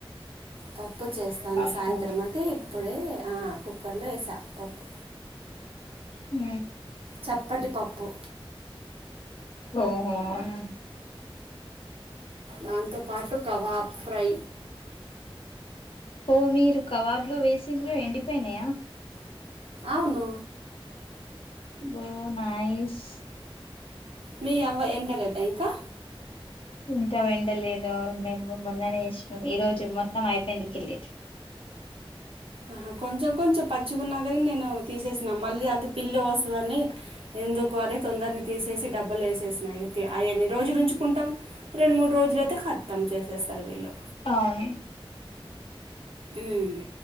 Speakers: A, on the right; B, on the left.
A: పప్పు చేస్తాను
B: పప్పు
A: సాయంత్రం అతే ఇప్పుడే ఆ కుక్కర్లో వేసా పప్పు
B: హ
A: చప్పటిపప్పు
B: ఓహోనా
A: దాంతో పాటు కబాబ్ ఫ్రై
B: ఓ మీరు కవాబ్ లో వేసిరో ఎండిపోయినాయా
A: అవును
B: బో నయిస్
A: మీ అవ్వ ఎండలదా ఇంకా
B: ఇంకా విండలేదు మేము మొన్ననే ఇసినాం ఈ రోజు మొత్తం అయిపోయింది కెళ్ళి
A: ఆహా కొంచెం కొంచెం పచ్చిగున్నా కాని నేను తీసేసినాను మళ్ళీ అంత పిల్లో వస్తుందని ఎందుకు అని తొందరని తీసేసి డబ్బలు వేసేసినయి అన్ని రోజు నుంచి చుకుంటాం రెండు మూడు రోజులుయితే కత్తాం చేసేస్తారు వీళ్ళు
B: అవును
A: ఉమ్